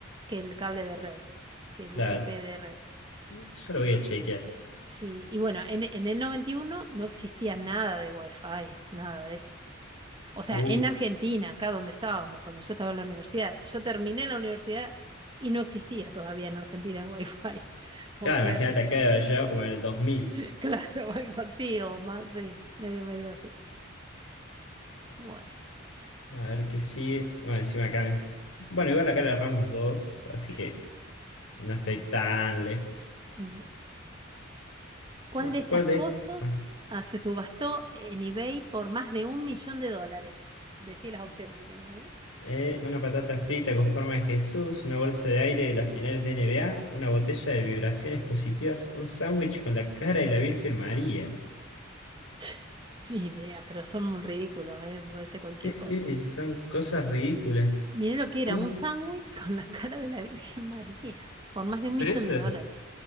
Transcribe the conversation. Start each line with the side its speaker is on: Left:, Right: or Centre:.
Right: que el cable de red, que el
Left: Claro.
Right: UTP de red.
Left: Yo lo voy a chequear.
Right: Sí, y bueno, en, en el 91 no existía nada de Wi-Fi, nada de eso. O sea,
Left: Uh,
Right: en Argentina, acá donde estábamos, cuando yo estaba en la universidad, yo terminé la universidad y no existía todavía en Argentina el Wi-Fi. <laughs> O
Left: claro,
Right: sea
Left: imagínate
Right: que,
Left: acá de haber llegado como en el 2000.
Right: <laughs> claro, algo así o más, sí, medio, medio así. Bueno,
Left: A ver que sí. No, encima acá me... Bueno, igual acá le agarramos los dos, así
Right: sí,
Left: que no estoy tan lejos.
Right: no. ¿Cuál
Left: Bueno,
Right: de estas
Left: ¿cuál
Right: cosas
Left: de? ah,
Right: ah, se subastó en eBay por más de un millón de dólares? Decí las opciones si quieres ahí.
Left: eh, una patata frita con forma de Jesús, una bolsa de aire de las finales de NBA, una botella de vibraciones positivas, un sándwich con la cara de la Virgen María.
Right: <laughs> Ni idea, pero son un ridículo, ¿eh? Puede ser cualquier
Left: Sí, sí,
Right: cosa.
Left: son cosas ridículas.
Right: Mirá lo que
Left: Un...
Right: era, un
Left: s-
Right: sándwich <laughs> con la cara de la Virgen María, por más de un
Left: Pero
Right: millón
Left: eso
Right: de dólares.